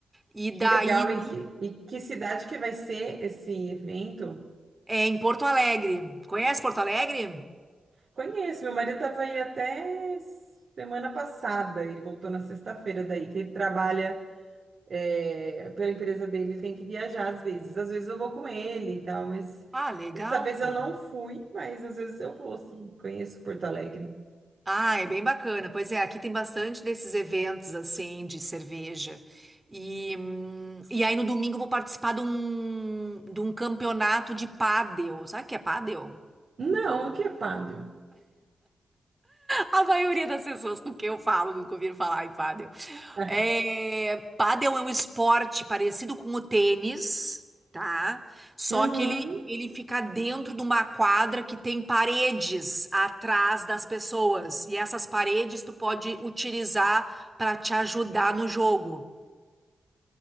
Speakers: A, on the right (about 20°); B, on the right (about 60°).
A: E daí,
B: Que legal,
A: no-
B: em que, e que cidade que vai ser esse evento?
A: é em Porto Alegre. Conhece Porto Alegre?
B: Conheço, meu marido estava aí até semana passada, ele voltou na sexta-feira daí, que ele trabalha é, pela empresa dele, ele tem que viajar às vezes. Às vezes eu vou com ele e tal, mas
A: Ah, legal,
B: dessa vez
A: pô.
B: eu não fui, mas às vezes eu vou, sim. Conheço Porto Alegre.
A: Ah, é bem bacana. Pois é, aqui tem bastante desses eventos assim de cerveja. E, hum, e aí no domingo eu vou participar de um, de um campeonato de pádel. Sabe o que é pádel?
B: Não, que é pádel.
A: A maioria das pessoas com quem eu falo nunca ouviram falar em pádel.
B: <laughs>
A: É, pádel é um esporte parecido com o tênis, tá? Só
B: Uhum.
A: que ele, ele fica dentro de uma quadra que tem paredes atrás das pessoas. E essas paredes tu pode utilizar para te ajudar no jogo.